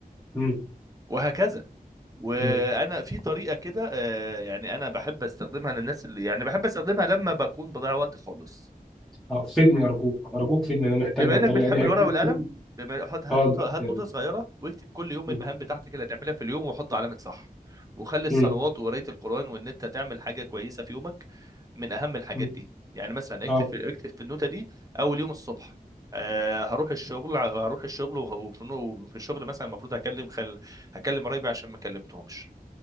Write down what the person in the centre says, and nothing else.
امم
امم
آه، فدني ارجوك ارجوك فدني انا محتاجها
الطريقه
دي
اكيد
<laughs>
اه
لا،
يعني.
مم.
مم.
مم.
اه